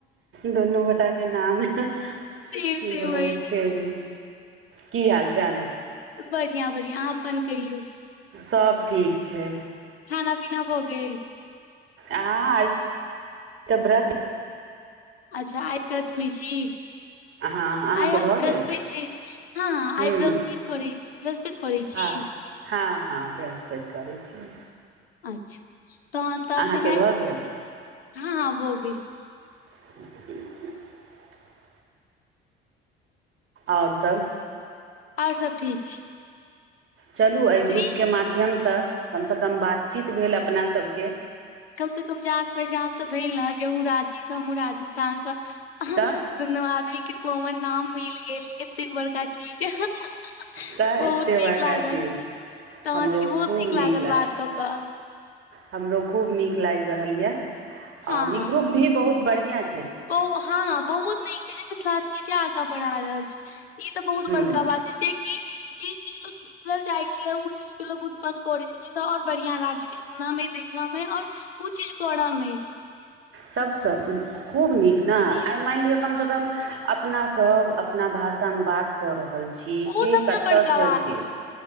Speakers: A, on the right; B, on the left.
A: दुनू गोटाके के नाम की
B: सेम सेम
A: भऽ
B: अछि
A: गेल सेम की हाल चाल
B: बढ़ियाँ बढ़ियाँ अहाँ अप्पन कहियौ
A: सब ठीक छै।
B: खाना पीना भऽ गेल
A: आय तऽ ब्रत
B: अच्छा आइ व्रत मे छीऽ
A: हँ अहाँके
B: आइ
A: भऽ
B: बृहस्पति
A: गेल
B: छै हँ हँ
A: हूँ
B: आय बृहस्पति करै बृहस्पति करै
A: हँ
B: छी।
A: हँ हँ बृहस्पति करय छी।
B: अच्छा तहन त अखने
A: अहाँके भऽ गेल
B: हँ हँ भऽ गेल।
A: <inaudible> आओर सभ
B: आओर सभ ठीक छी।
A: चलू अय ग्रुपके
B: क्रिश
A: माध्यमसँ कमसँ कम बातचीत भेल अपनाऽ सबके
B: कमसँ कम जान पहचान तऽ भेल ने जे अहुँ राचीसँ हमहुँ राजस्थानसँ अहाँ
A: तऽ
B: दुनू आदमी के कोमन नाम मील गेल एतेक बड़का चीज <unintelligible>
A: तऽ
B: बहुत
A: एते
B: नीक
A: बड़का
B: लागल
A: चीज
B: तहन
A: हमरो
B: की बहुत
A: खूब
B: नीक लागल
A: लाग
B: बात कऽ कऽ
A: हमरो खूब नीक लागि रहल ये
B: हँ
A: आओर
B: हँ
A: ई ग्रुप भी बहुत बढ़ियाँ
B: बहु हँ बहुत नीक छै जे मिथिलाञ्चल के आगाँ बढ़ा रहल छै। ई तऽ बहुत
A: ह
B: बड़का बात छै जे की जी इजे लोक बिसरल जाइ छले उ चीज के लोग उत्पन्न करे छथिन तऽ आओर बढ़ियाँ लागै छै। सुन मे देखऽ मे आओर उ चीज करऽ मे
A: सभसँ खूब नीक न आय मानि लिअ कम स कमऽ अपना सब अपना भाषा मे बात कऽ रहल छी
B: ओ
A: के
B: सबसँ
A: कतऽ
B: बड़का
A: स छी